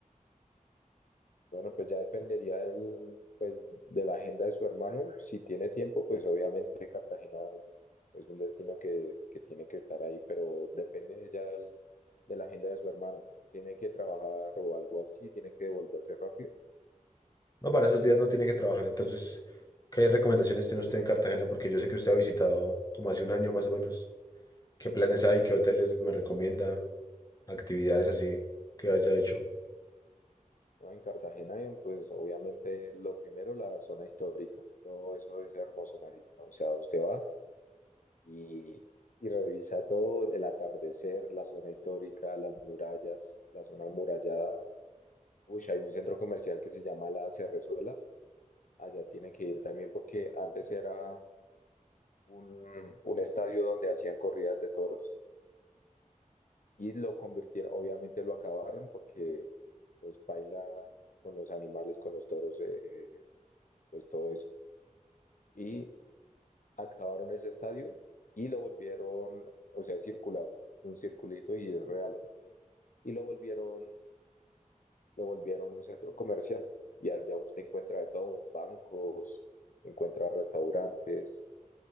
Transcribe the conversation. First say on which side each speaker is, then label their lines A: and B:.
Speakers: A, on the left (about 70°); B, on the left (about 30°).
A: Bueno, pues ya dependería del, pues, de la agenda de su hermano. Si tiene tiempo, pues obviamente Cartagena es un destino que, que tiene que estar ahí, pero depende ya del- de la agenda de su hermano. Tiene que trabajar o algo así, tiene que devolverse rápido,
B: No, para esos días no tiene que trabajar. Entonces, ¿qué recomendaciones tiene usted en Cartagena? Porque yo sé que usted ha visitado como hace un año más o menos. ¿Qué planes hay? ¿Qué hoteles me recomienda? Actividades así que haya hecho.
A: ¿no? En Cartagena, en, pues obviamente lo primero, la zona histórica. Todo eso es hermoso, Marina. O sea, usted va y, y revisa todo, el atardecer, la zona histórica, las murallas, la zona amurallada Uy, hay un centro comercial que se llama La Cerrezuela. Allá tiene que ir también porque antes era un, un estadio donde hacían corridas de toros y lo convirtieron, obviamente lo acabaron porque pues baila con los animales, con los toros, eh, eh, pues todo eso. Y acabaron ese estadio y lo volvieron, o sea, circular, un circulito y es re alto. Y lo volvieron lo volvieron un centro comercial y allá usted encuentra de todo, bancos, encuentra restaurantes